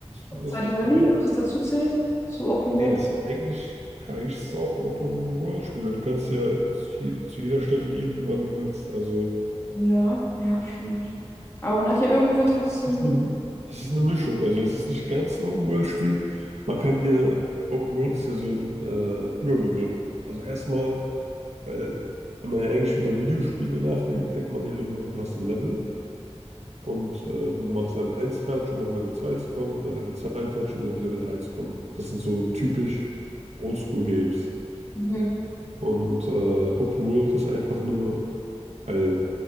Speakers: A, on the right; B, on the left.
A: Was
B: Stardew
A: ist
B: Valley,
A: normal?
B: ob das dazu zählt? Zu Open-World?
A: Nee, das ist ja eigentlich, ja, eigentlich ist es auch ein Open-World-Spiel, weil du kannst ja zu je- zu jeder Stelle gehen, wann du willst. Also
B: Ja, ja, stimmt. Aber man hat ja irgendwo trotzdem.
A: Es ist eine, es ist eine Mischung, also es ist nicht ganz ein Open-World-Spiel. Man kann ja, Open-World ist ja so ein äh, Überbegriff. Also erstmal, weil wenn man ja eigentlich über Videospiele nachdenkt, denkt man ja darüber, du hast ein Level und äh, du machst Level eins fertig, um auf Level 2 zu kommen und dann Level 2 fertig, um auf Level 3 zu kommen. Das sind so typisch Oldschool-Games.
B: Mhm.
A: Und äh, Open-World ist einfach nur weil